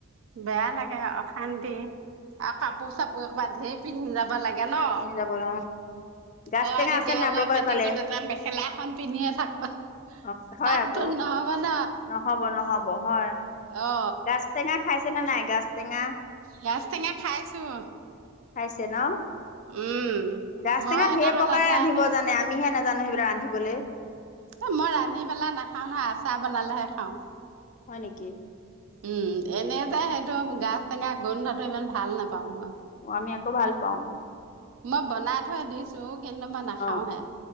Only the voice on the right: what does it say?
বেয়া লাগে অশান্তি আৰু কাপোৰ চাপোৰ এহুপা ধেৰ পিন্ধি যা ব লাগে ন।
ঘৰত
এতিয়া
হোৱা পেটিকুট
এটা মেখেলা এখন পিন্ধিয়ে থাকো।
তাততো
নহব ন
অ
গাছ টেঙা খাইছোঁ।
উম।
মই
সেইদিনাখন
এটা
এনে
এ মই ৰান্ধি পেলাই নাখাওঁ নহয়, আচাৰ বনালেহে খাওঁ।
উম, এনেই যে সেইটো গাজ টেঙা গোন্ধটো ইমান ভাল নেপাওঁ মই।
মই বনাই থৈ দিছো কিন্ত মা নাখাওঁ
হে,